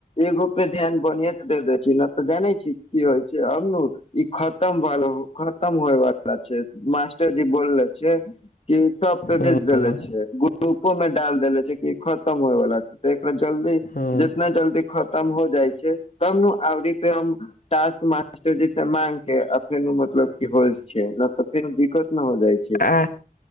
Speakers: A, on the left; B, on the left.
A: एगो पे ध्यान बढ़ियाँ से दे देै छी न तऽ जाने छी की होइ छै छै अब नू ई खतम भऽ खतम होइ बाला मास्टरजी बोललै छै की उ सब पे
B: हँ
A: भेज देले छियै ग्रुपो मे डाल देेले छियै ई खतम होइवला छै तऽ एकरा जल्दी
B: हँ
A: जितना जल्दी खतम हो जाइ छै तब नू आओरीते हम टास्क मास्टर जीसे मांगके ने मतलब की होइ छै न तऽ फेनो दिक्कत न हो जाइ छै
B: आ